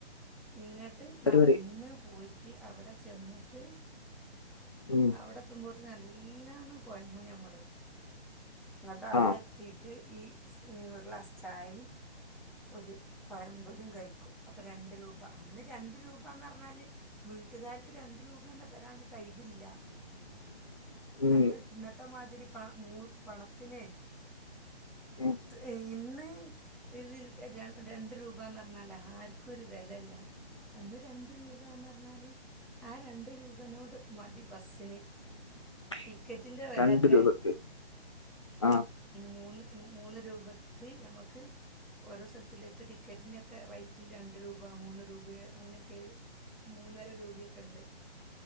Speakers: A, in the centre; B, on the left (about 30°).
A: ഇങ്ങോട്ട്
B: പരിപാടി
A: നടന്ന് പോയിട്ട് അവിടെ ചെന്നിട്ട്
B: ഉം
A: അവിടെ എത്തുമ പോത്ത നല്ലണം കൊയങ്ങും ഞമ്മള് അങ്ങോട്ട് അവിടെ
B: ആ
A: എത്തിട്ട് ഈ ഒരു ക്ലാസ് ചായും ഒരു പയംപൊരി കഴിക്കും അപ്പൊ രണ്ട രൂപ അന്ന് രണ്ട് രൂപന്ന് പറഞ്ഞാൽ വീട്ടുകാർക്ക് രണ്ട് രൂപ തന്നെ തരാാന് കഴിവില്ല
B: <inaudible> ഉം
A: അന്ന് ഇന്നത്തെമാതിരി പ മൂ പണത്തിനെ ഇ
B: ഉം
A: ഇന്ന് ര് ര രണ്ട് രൂപന്ന് പറഞ്ഞാലേ ആർക്കും ഒരു വിലല്ല
B: ഉ
A: അന്ന് രണ്ട് രൂപന്ന് പറഞ്ഞാല് ആ രണ്ട് രൂപനോട് മതി ബസ്സിന്
B: <unintelligible>
A: ടിക്കറ്റിൻ്റെ വിലയൊക്കെ
B: രണ്ട് രൂപക്ക് ആ
A: മൂന്ന് മൂന്ന് രൂപയ്ക്ക് നഞമുക്ക് ഓരോ സ്ഥലത്തിലേക്ക് ടിക്കറ്റിനൊക്കെ റേറ്റ് രണ്ട് രൂപ മൂന്ന് രൂപ അങ്ങനൊക്കെ മൂന്നര രൂപയൊക്കെ ഉണ്ട്